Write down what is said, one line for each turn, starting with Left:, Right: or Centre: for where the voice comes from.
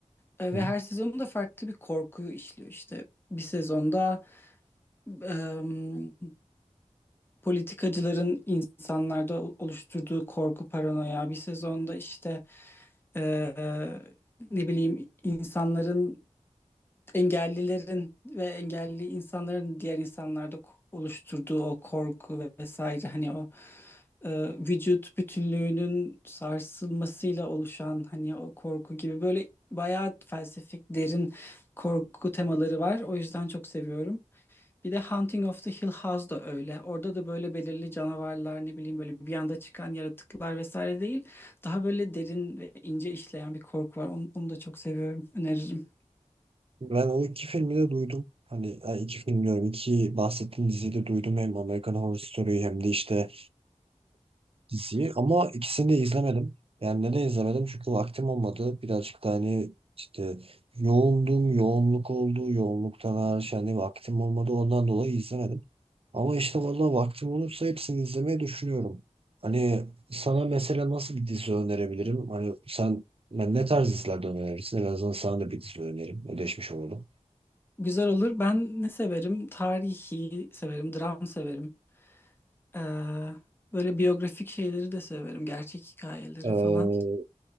Left: E,
Right: Hı.
Left: Ve her sezonu da farklı bir korkuyu işliyor işte. Bir sezonda em, politikacıların insanlarda o- oluşturduğu korku, paranoya. Bir sezonda işte e, ne bileyim insanların engellilerin ve engelli insanların diğer insanlarda ko- oluşturduğu o korku ve- vesaire hani o e, vücut bütünlüğünün sarsılmasıyla oluşan hani o korku gibi böyle bayağı felsefik derin korku temaları var. O yüzden çok seviyorum. Bir de Haunting of the Hill House da öyle. Orada da böyle belirli canavarlar ne bileyim böyle bir anda çıkan yaratıklar vesaire değil. Daha böyle derin ve ince işleyen bir korku var. Onu, onu da çok seviyorum. Öneririm.
Right: Ben o iki filmi de duydum. Hani yani iki film diyorum. iki bahsettiğim diziyi de duydum. Hem American Horror Story'yi hem de işte diziyi. Ama ikisini de izlemedim. Yani neden izlemedim? Çünkü vaktim olmadı. Birazcık da hani işte yoğundum. Yoğunluk oldu. Yoğunluktan hariç hani vaktim olmadı. Ondan dolayı izlemedim. Ama işte vallahi vaktim olursa hepsini izlemeyi düşünüyorum. Hani sana mesela nasıl bir dizi önerebilirim? Hani sen ben ne tarz dizilerden önerirsin? En azından sana da bir dizi önerim. Ödeşmiş olalım.
Left: Güzel olur. Ben ne severim? Tarihi severim, dram severim. Ee, böyle biyografik şeyleri de severim, gerçek hikayeleri
Right: Ee,
Left: falan.